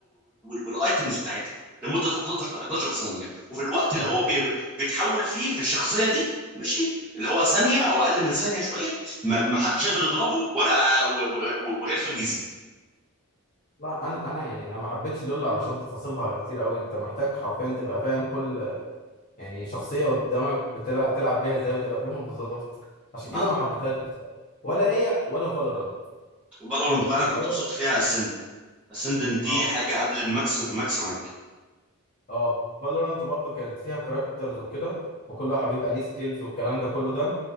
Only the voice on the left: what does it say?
امم
لا انا انا يعني انا ما حبيتش لول علشان تفاصيلها كتير قوي انت محتاج حرفيا تبقى فاهم كل يعني شخصيه قدامك بتلعب تلعب بيها ازاي وتبقى فاهمها بالظبط عشان
كده ما حبيتهاش بصراحة. ولا هي ولا فالورانت
فالورانت
اه
اه فالورانت برضو كانت فيها كاركترز وكده وكل واحد بيبقى ليه سكيلز والكلام ده كله ده